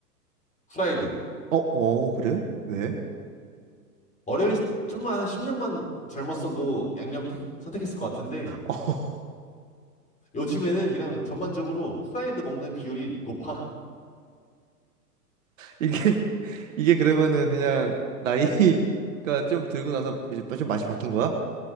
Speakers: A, on the left; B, on the right.
A: 후라이드.
B: 어, 어, 그래? 왜?
A: 어릴, 좀만 한 10년만 젊었어도 양념 택- 선택했을 것 같은데,
B: <laughs>
A: 요즘에는 그냥 전반적으로 후라이드 먹는 비율이 높아.
B: 이게 <laughs> 이게 그러면은 그냥 나이가 좀 들고 나서 이제 좀 맛이 바뀐 거야?